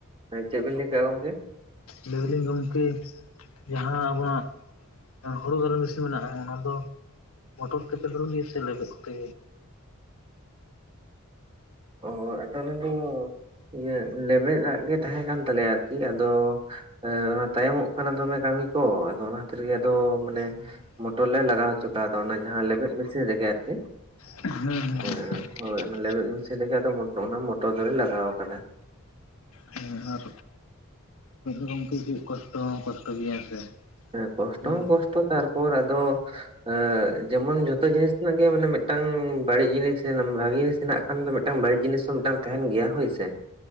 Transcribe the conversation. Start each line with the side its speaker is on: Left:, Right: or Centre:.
Right: ᱪᱮᱜ ᱵᱤᱱ ᱞᱮᱣ ᱠᱮᱫᱟ ᱜᱚᱝᱠᱮ
Left: ᱞᱮᱭ ᱫᱟᱞᱤᱝ ᱜᱚᱝᱠᱮ ᱡᱟᱦᱟᱸ ᱟᱢᱟᱜ ᱦᱳᱲᱳ ᱜᱟᱞᱮ ᱢᱮᱤᱥᱤᱱ ᱢᱮᱱᱟᱜᱼᱟ ᱚᱱᱟ ᱫᱚ ᱢᱚᱴᱚᱨ ᱛᱮᱯᱮ <unintelligible> ᱜᱮᱭᱟ ᱥᱮ ᱞᱮᱵᱮᱫ ᱛᱮ
Right: ᱚ <unintelligible> ᱫᱚ ᱤᱭᱟᱹ ᱞᱮᱵᱮᱫᱟᱜ ᱜᱮ ᱛᱟᱦᱮᱸ ᱠᱟᱱ ᱛᱟᱞᱮᱭᱟ ᱟᱨᱠᱤ ᱟᱫᱚ ᱮ ᱚᱱᱟ ᱛᱟᱭᱚᱢᱚᱜ ᱠᱟᱱᱟ ᱫᱚᱢᱮ ᱠᱟᱹᱢᱤ ᱠᱚ ᱟᱫᱚ ᱚᱱᱟ ᱠᱷᱟᱹᱛᱤᱨ ᱜᱮ ᱟᱫᱚ ᱢᱟᱱᱮ
Left: ᱦᱮᱸ
Right: ᱢᱚᱴᱚᱨ ᱞᱮ ᱞᱟᱜᱟᱣ ᱦᱚᱪᱚ ᱠᱟᱣᱫᱟ ᱚᱱᱟ ᱡᱟᱦᱟᱸ ᱞᱮᱵᱮᱫ ᱢᱮᱥᱤᱱ ᱨᱮᱜᱮ ᱟᱨᱠᱤ
Left: <unintelligible>
Right: ᱦᱳᱭ ᱦᱳᱭ ᱚᱱᱟ ᱞᱮᱵᱮᱫ ᱢᱮᱥᱤᱱ ᱨᱮᱜ ᱟᱫᱚ ᱚᱱᱟ ᱢᱚᱴᱚᱨ ᱫᱚᱞᱮ ᱞᱟᱜᱟᱣ ᱟᱠᱟᱫᱟ
Left: ᱦᱮᱸ ᱟᱨ ᱜᱚᱢᱠ ᱠᱟᱹᱪ ᱠᱚᱥᱴᱚ ᱦᱚᱸ ᱠᱚᱥᱴᱚ ᱜᱮᱭᱟ ᱦᱮᱸ ᱥᱮ
Right: ᱦᱮᱸ ᱠᱚᱥᱴᱚ
Left: ᱦᱩᱸ
Right: ᱦᱚᱸ ᱠᱚᱥᱴᱚ ᱛᱟᱨᱯᱚᱨ ᱟᱫᱚ ᱦᱮᱸ ᱡᱮᱢᱚᱱ ᱡᱷᱚᱛᱚ ᱡᱤᱱᱤᱥ ᱨᱮᱱᱟᱜ ᱜᱮ ᱢᱟᱱᱮ ᱢᱮᱫᱴᱟᱝ ᱵᱟᱹᱲᱤᱡ ᱡᱤᱱᱤᱥ ᱵᱷᱟᱜᱤ ᱡᱤᱱᱤᱥ ᱦᱮᱱᱟᱜ ᱠᱷᱟᱱ ᱫᱚ ᱢᱤᱫᱴᱟᱝ ᱵᱟᱹᱲᱤᱡ ᱡᱤᱱᱤᱥ ᱦᱚᱸ ᱢᱤᱫᱴᱟᱝ ᱛᱟᱦᱮᱱ ᱜᱮᱭᱟ ᱦᱳᱭ ᱥᱮ